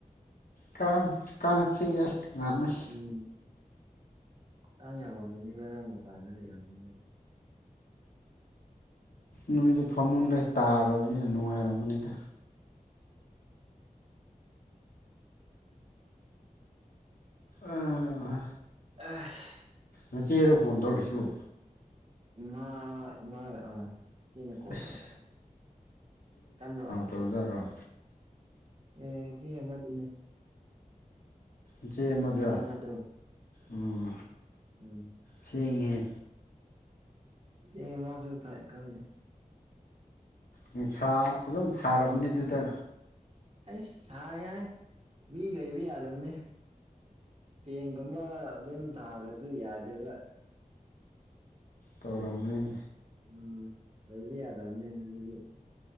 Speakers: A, on the left; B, on the right.
A: ꯀꯥꯝ ꯀꯥꯡ ꯆꯤꯛꯑꯦ <unintelligible>
B: ꯎꯝ ꯆꯥꯡ ꯌꯥꯝꯃꯝꯒꯅꯤꯕ ꯅꯪ ꯃꯄꯥꯟꯗ ꯂꯩꯔꯝꯅꯤꯅ
A: ꯅꯣꯏꯗꯤ ꯐꯃꯨꯟꯗ ꯇꯥꯔꯕꯅꯤꯅ ꯅꯨꯡꯉꯥꯏꯔꯕꯅꯤꯗ ꯑꯥ
B: ꯑꯁ
A: ꯅꯆꯦꯔꯣ ꯐꯣꯟ ꯇꯧꯔꯛꯁꯤꯕꯨ
B: ꯏꯃꯥ ꯏꯃꯥꯒ ꯑꯥ ꯆꯆꯦꯅ ꯀꯣꯜ
A: ꯑꯁ
B: ꯇꯧꯔꯛꯄ ꯀꯟꯕ꯭ꯔꯣ
A: ꯇꯣ ꯖꯥꯔꯣ
B: ꯑꯦ ꯀꯦ ꯑꯃꯗꯨꯅꯦ
A: ꯏꯆꯦ ꯃꯗꯨꯎ
B: ꯏꯆꯦ ꯑꯃꯗꯣ
A: ꯎꯝ
B: ꯎꯝ
A: ꯊꯦꯡꯉꯦꯍꯦ
B: ꯑꯦ ꯃꯥꯁꯨ ꯊꯏ ꯈꯪꯗꯦ
A: ꯅꯨꯡꯁꯥ ꯐꯖꯅ ꯁꯥꯔꯕꯅꯤ ꯑꯗꯨꯗ
B: ꯑꯩꯁ ꯁꯥꯏ ꯌꯥ ꯃꯤ ꯂꯩꯕ ꯌꯥꯗꯕꯅꯤ ꯐꯦꯡꯒꯨꯝꯕ ꯑꯗꯨꯝ ꯊꯥꯈ꯭ꯔꯁꯨ ꯌꯥꯗꯦꯕ
A: ꯇꯧꯔꯝꯅꯤ
B: ꯎꯝ ꯂꯩꯕ ꯌꯥꯗꯕꯅꯤ ꯑꯗꯨꯗꯤ